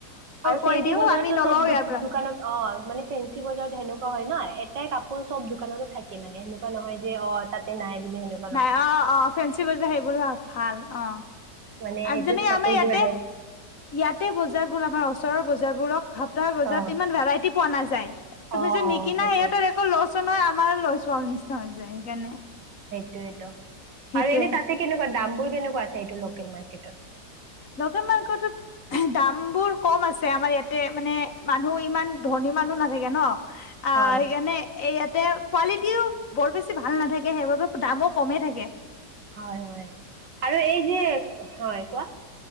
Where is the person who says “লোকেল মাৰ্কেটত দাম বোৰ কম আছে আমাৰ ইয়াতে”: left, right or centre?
Left